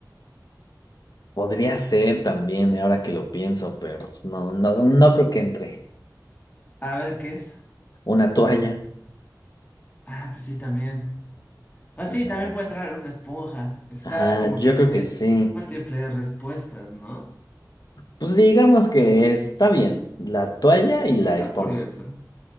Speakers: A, on the left; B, on the left.
A: Podría ser también, eh, ahora que lo pienso, pero pues, no, no, no creo que entre.
B: A ver, ¿qué es?
A: Una toalla.
B: Ah, pues sí, también. Ah,
A: Ajá,
B: sí, también puede entrar una esponja. Está
A: Ajá,
B: como
A: yo
B: que tiene
A: creo que sí.
B: múltiples respuestas, ¿no?
A: Pues digamos que está bien, la toalla y la
B: Ah,
A: esponja.
B: curioso.